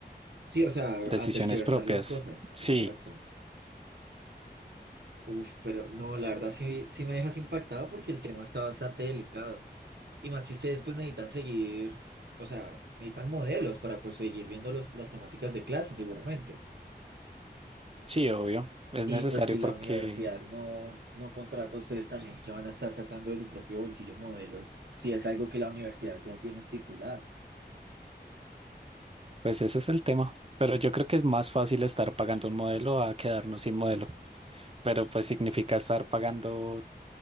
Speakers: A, on the right; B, on the right.
A: Sí, o sea,
B: decisiones
A: a tergiversar
B: propias.
A: las cosas,
B: Sí,
A: exacto. Uf, pero no, la verdad sí, sí me dejas impactado porque el tema está bastante delicado. Y más que ustedes pues necesitan seguir, o sea, necesitan modelos para pues seguir viendo los, las temáticas de clase seguramente.
B: sí, obvio, es
A: Y
B: necesario
A: pues si la
B: porque
A: universidad no, no contrata a ustedes también, que van a estar sacando de su propio bolsillo modelos, si es algo que la universidad ya tiene estipulado.
B: pues ese es el tema. Pero yo creo que es más fácil estar pagando un modelo a quedarnos sin modelo. Pero pues significa estar pagando